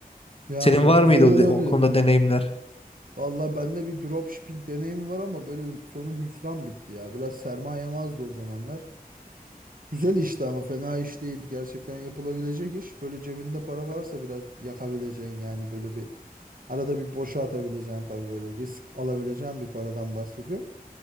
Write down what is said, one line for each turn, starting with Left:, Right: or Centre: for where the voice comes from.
Right: Yani
Left: Senin var
Right: güzel
Left: mıydı
Right: olabilir.
Left: o, o konuda deneyimler?
Right: Valla bende bir dropshipping deneyimi var ama böyle sonu hüsran bitti ya. Biraz sermayem azdı o zamanlar. Güzel işti ama fena iş değil. Gerçekten yapılabilecek iş. Böyle cebinde para varsa biraz yakabileceğin yani böyle bir arada bir boşa atabileceğin tabii böyle risk alabileceğin bir paradan bahsediyorum.